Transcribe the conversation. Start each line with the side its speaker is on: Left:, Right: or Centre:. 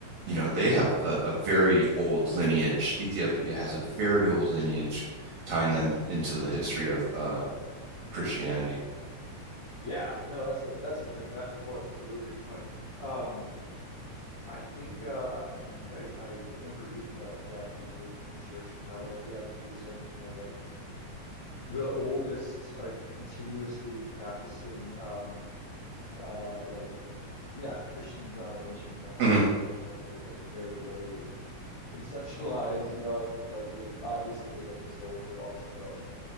Right: you know they have a, a very old lineage ethiopia has a very old lineage tying them into the history of uh christianity
Left: Yeah, no, that's a that's a fantastic point. That's a really great point. Um, I think uh, I think I, I remember reading about like yeah the Ethiopian church and how like yeah like you were saying it's one of like the oldest like continuously practicing um uh like yeah Christian denominations and I feel
Right: hmm
Left: like what you were saying that is that is very rarely conceptualize, you know, I think like there's obviously there's like this whole all this stuff about like